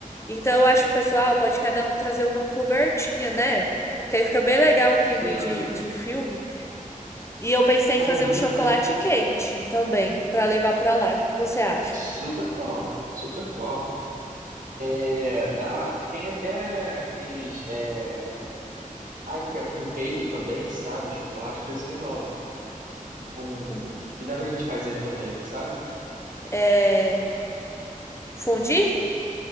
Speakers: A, on the left; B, on the right.
A: Então eu acho que o pessoal pode cada um trazer uma cobertinha, né? Que aí fica bem legal o clima
B: Sim,
A: de, de filme. E eu pensei
B: e combina,
A: em fazer um chocolate
B: né?
A: quente também, pra levar pra lá. O que que você acha?
B: Super top, super top. É, dá, tem até aqueles. É, ai, que é com queijo também, sabe? Chocolate, esse nome. Com,
A: Com-
B: que dá pra gente fazer também, sabe?
A: É... Fundi?